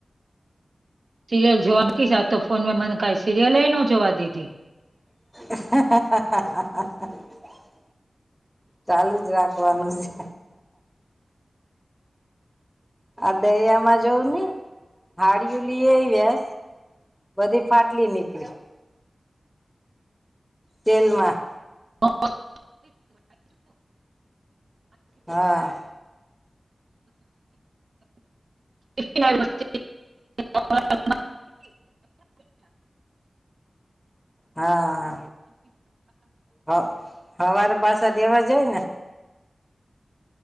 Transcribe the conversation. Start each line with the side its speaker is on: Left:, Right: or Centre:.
Right: સિરિયલ જોવા નકીશ આતો ફોન મા મને કઈ સિરિયલય ન જોવા દીધી
Centre: <inaudible> ચાલુ જ રાખવાનું છે. આ દયામાં જોવની હાડીયુ લીઆવયાસ બધી ફાટલી નીકરી તેલમાં.
Right: હ
Centre: હા.
Right: <inaudible>
Centre: હા હ હવારે પાસા દેવા જય ને